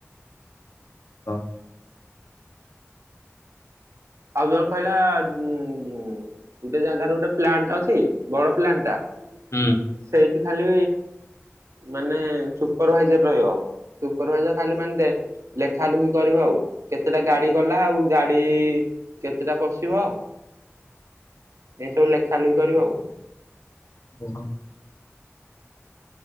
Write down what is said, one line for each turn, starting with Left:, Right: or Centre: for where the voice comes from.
Left: ହଁ।
Right: ଆଉ ଜଣେ କହିଲା ଉଁ ଉଁ ଗୋଟେ ଜାଗାରେ ଗୋଟେ ପ୍ଲାନ୍ଟ ଅଛି ବଡ଼ ପ୍ଲାନ୍ଟଟା।
Left: ହୁଁ।
Right: ସେଇଠି ଖାଲି ମାନେ ସୁପରଭାଇଜର୍ ରହିବ। ସୁପର ଭାଇଜର ଖାଲି ମାନେ ଦେ ଲେଖା ଲୁଖି କରିବ ଆଉ। କେତେଟା ଗାଡି ଗଲା ଆଉ ଗାଡି କେତେଟା ପଶିବ ଏସବୁ ଲେଖା ଲୁଖି କରିବ ଆଉ।
Left: <inaudible>